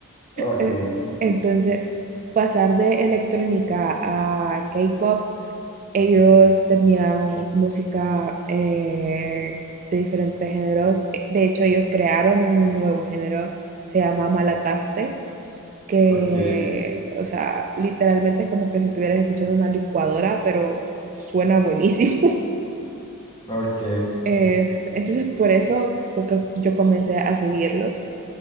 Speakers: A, on the left; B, on the right.
A: Ok,
B: Eh, Entonces, pasar de electrónica a K-pop, ellos tenían música eh, de diferentes géneros. Eh, De hecho, ellos crearon un nuevo género, se llama Malataste, que,
A: Ok,
B: o sea, literalmente es como que si estuvieras escuchando una licuadora, pero suena buenísimo.
A: ok,
B: Es- entonces, por eso fue que yo comencé a seguirlos,